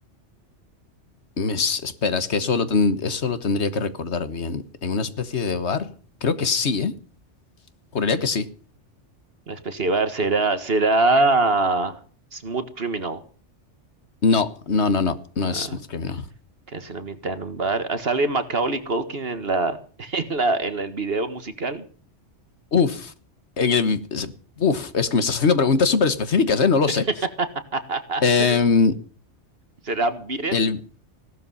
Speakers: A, on the left (about 65°); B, on the right (about 55°).
A: mis- espera, es que eso lo, ten- eso lo tendría que recordar bien. ¿En una especie de bar? Creo que sí, ¿eh? Juraría que sí.
B: la especie de bar será, será Smooth Criminal,
A: No, no, no, no, no
B: ah,
A: es Smooth Criminal.
B: que ambientada en un bar. Ah, sale Macaulay Culkin en la, <laughs> en la, en el video musical.
A: Uf, en el- es- uf, es que me estás haciendo preguntas súper específicas, ¿eh? No lo
B: <laughs>
A: sé. Em,
B: ¿Será Beat
A: el,
B: It?